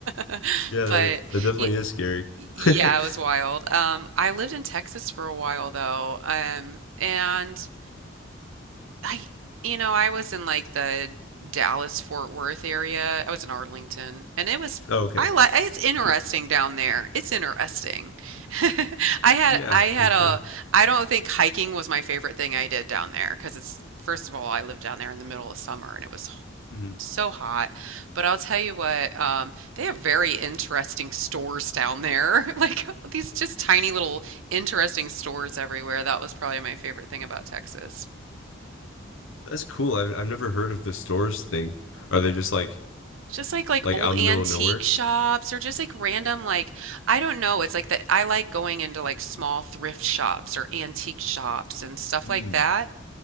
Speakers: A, on the right; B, on the left.
A: <laughs>
B: Yeah,
A: but
B: that i- that definitely
A: y
B: is scary.
A: yeah,
B: <laughs>
A: it was wild. Um, I lived in Texas for a while though, um, and. I, you know, I was in like the Dallas Fort Worth area. I was in Arlington, and it was
B: Oh, okay.
A: I like it's interesting down there. It's interesting. <laughs> I had
B: Yeah,
A: I had
B: for
A: a
B: sure.
A: I don't think hiking was my favorite thing I did down there because it's first of all I lived down there in the middle of summer and it was h-
B: hmm
A: so hot. But I'll tell you what, um, they have very interesting stores down there. <laughs> Like these just tiny little interesting stores everywhere. That was probably my favorite thing about Texas.
B: That's cool. I've I've never heard of the stores thing. Are they just like
A: Just like like
B: like
A: old
B: out in
A: antique
B: the middle of nowhere?
A: shops or just like random like I don't know. It's like that I like going into like small thrift shops or antique shops and stuff
B: Hmm.
A: like that.